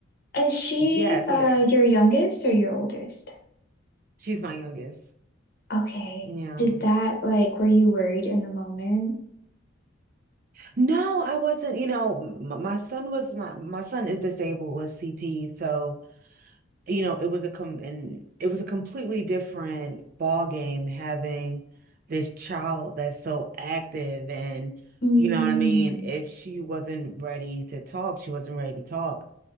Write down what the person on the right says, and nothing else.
yeah, so
that
she's my youngest.
Yeah.
No, I wasn't, you know, m my son was my my son is disabled with CP, so you know, it was a com and it was a completely different ball game having this child that's so active and
you know what I mean? If she wasn't ready to talk, she wasn't ready to talk.